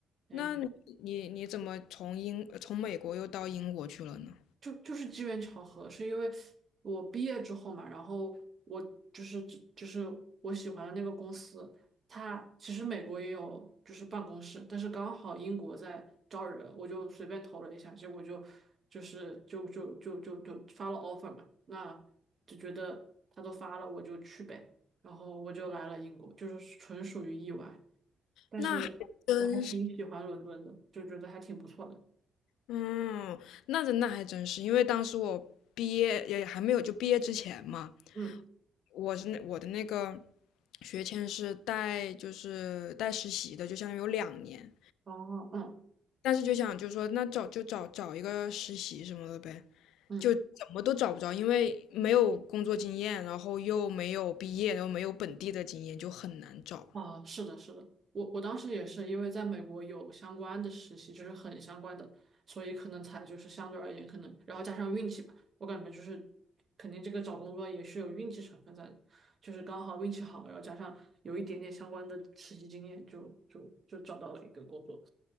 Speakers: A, on the right; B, on the left.
A: 哎，
B: 那你你你怎么从英呃从美国又到英国去了呢？
A: 就就是机缘巧合，是因为我毕业之后嘛，然后我就是就是我喜欢的那个公司，它其实美国也有就是办公室，但是刚好英国在招人，我就随便投了一下，结果就就是就就就就就发了 offer 嘛，那就觉得他都发了，我就去呗，然后我就来了英国，就是纯属于意外，但是
B: 那还真是，
A: 我还挺喜欢伦敦的，就觉得还挺不错的，
B: 嗯，那真那还真是，因为当时我毕业也还没有就毕业之前嘛，
A: 嗯，
B: 我是那我的那个学签是带就是带实习的，就相当于有两年，
A: 哦，嗯
B: 但是就想就说那找就找找一个实习什么的呗。
A: 嗯。
B: 就怎么都找不着，因为没有工作经验，然后又没有毕业，然后没有本地的经验，就很难找。
A: 啊，是的，是的，我我当时也是因为在美国有相关的实习，就是很相关的，所以可能才就是相对而言可能，然后加上运气吧，我感觉就是肯定这个找工作也是有运气成分在的，就是刚好运气好，然后加上有一点点相关的实习经验就，就就找到了一个工作。